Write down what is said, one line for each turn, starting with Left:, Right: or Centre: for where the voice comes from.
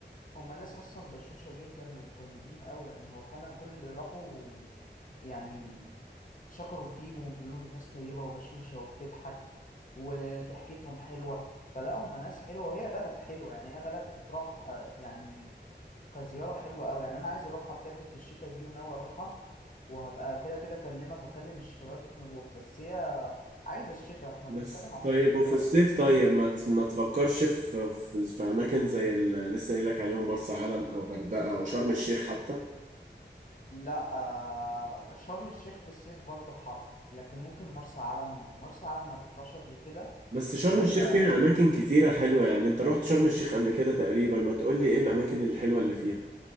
Left: هم ناس اصلا بشوشه جدا وطيبين قوي يعني هو فعلا كل اللي راحوا يعني شكروا فيهم وبيقولوا ناس طيبه وبشوشه وبتضحك وضحكتهم حلوه فلا هم ناس حلوه وهي بلد حلوه يعني هي بلد تروح يعني كزياره حلوه قوي يعني انا عايز اروحها بجد في الشتاء دي وناوي اروحها وهبقى كده كده اكلمك واكلم الشباب نروح بس هي عايزه الشتاء احنا
Right: بس
Left: بنتكلم على الصيف
Right: طيب
Left: دلوقتي
Right: وفي الصيف طيب ما ت- ما تفكرش في في, في أماكن زي اللي لسه قايل لك عليهم مرسى علم أو غردقة أو شرم الشيخ حتى
Left: لا آه، شرم الشيخ في الصيف برضه حر لكن ممكن مرسى علم مرسى علم ما رحتهاش قبل كده
Right: بس شرم
Left: وهي
Right: الشيخ فيها أماكن كتيرة حلوة يعني أنت رحت شرم الشيخ قبل كده تقريبا ما تقولي إيه الأماكن الحلوة اللي فيها